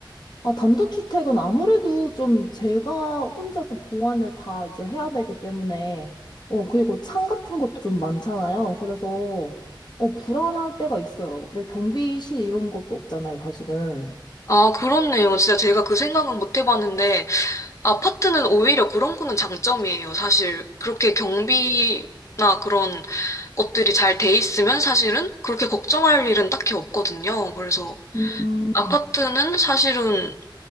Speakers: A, on the left; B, on the left.
A: 아, 단독주택은 아무래도 좀 제가 혼자서 보완을 다 이제 해야 되기 때문에, 어, 그리고 창 같은 것도 좀 많잖아요. 그래서, 어, 불안할 때가 있어요. 왜 경비실 이런 것도 없잖아요, 사실은.
B: 아, 그렇네요. 진짜 제가 그 생각은 못 해봤는데 아파트는 오히려 그런 거는 장점이에요. 사실 그렇게 경비나 그런 것들이 잘 돼 있으면 사실은 그렇게 걱정할 일은 딱히 없거든요. 그래서
A: 음,
B: 아파트는 사실은